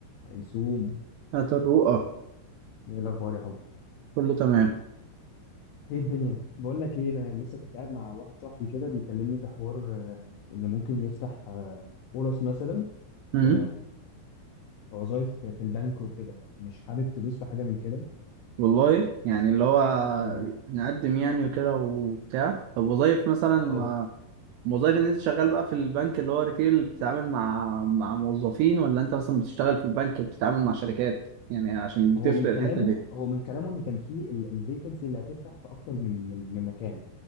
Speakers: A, on the left (about 80°); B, on the right (about 85°).
A: هيسوم
B: هات الرؤى
A: ايه الاخبار يا حبي
B: كله تمام
A: ايه الدنيا بقول لك ايه انا لسه كنت قاعد مع واحد صاحبي كده بيكلمني في حوار آه، ان ممكن يفتح آه، فرص مثلا
B: امم
A: ك كوظائف في في البنك وكده مش حابب تدوس في حاجه من كده
B: والله يعني اللي هو
A: اه
B: نقدم يعني وكده وبتاع طب وظايف مثلا
A: اه
B: ما وظايف ان انت شغال بقى في البنك اللي هو ريتيل بتتعامل مع مع موظفين ولا انت مثلا بتشتغل في البنك بتتعامل مع شركات يعني عشان بتفرق
A: هو من كلامه
B: الحتة دي
A: هو من كلامه ان كان في الفيكنسي اللي هتفتح في اكتر من من من مكان